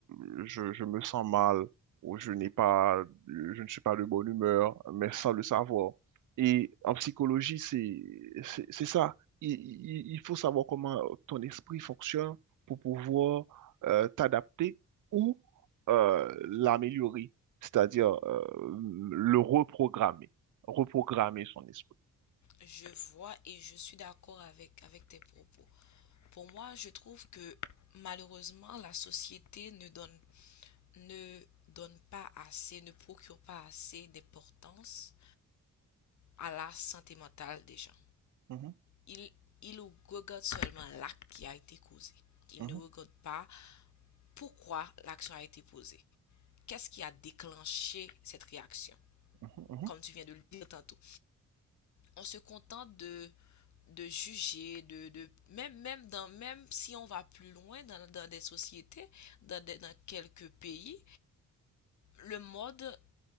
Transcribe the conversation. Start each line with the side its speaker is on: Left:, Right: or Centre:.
Right: euh, je, je me sens mal, où je n'ai pas, je ne suis pas de bonne humeur, mais sans le savoir. Et en psychologie, c'est, c'est, c'est ça. Il, il- il faut savoir comment ton esprit fonctionne pour pouvoir euh, t'adapter ou euh, l'améliorer, c'est-à-dire euh, le reprogrammer, reprogrammer son esprit.
Left: Je vois et je suis d'accord avec, avec tes propos. Pour moi, je trouve que malheureusement, la société ne donne, ne donne pas assez, ne procure pas assez d'importance à la santé mentale des gens.
Right: Mhm,
Left: Il, il regarde seulement l'acte qui a été causé. Il
Right: mhm,
Left: ne regarde pas pourquoi l'action a été posée. Qu'est-ce qui a déclenché cette réaction?
Right: mhm, mhm,
Left: Comme tu viens de le dire tantôt, on se contente de, de juger, de, de même, même, dans, même si on va plus loin dans, dans des sociétés, dans, des- dans quelques pays, le mode,